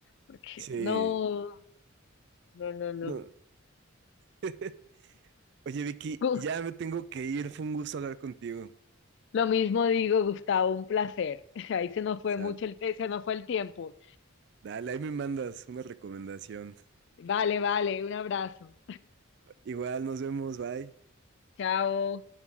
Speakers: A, on the left; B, on the right.
A: porque
B: Sí,
A: no, no, no, no.
B: no. <laughs> Oye, Vicky,
A: <laughs>
B: ya me tengo que ir. Fue un gusto hablar contigo.
A: Lo mismo digo, Gustavo, un placer. <laughs> Ahí se nos fue
B: Sal.
A: mucho el, se nos fue el tiempo.
B: Dale, ahí me mandas una recomendación.
A: Vale, vale, un abrazo.
B: Igual, nos vemos. Bye.
A: Chao.